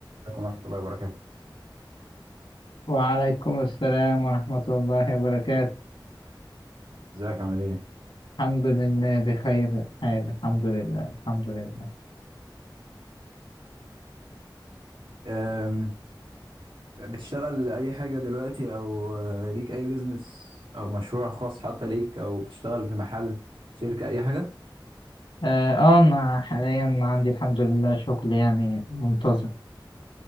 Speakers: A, on the right; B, on the left.
A: عليكم ورحمة الله وبركاته
B: وعليكم السلام ورحمة الله وبركاته
A: ازيك عامل ايه؟
B: الحمد لله بخير حال الحمد لله الحمد لله
A: أم، بتشتغل اي حاجة دلوقتي او آه، ليك اي بيزنس او مشروع خاص حتى ليك او بتشتغل في محل شركة اي حاجة؟
B: اه آه، انا حاليا عندي الحمد لله شغل يعني منتظم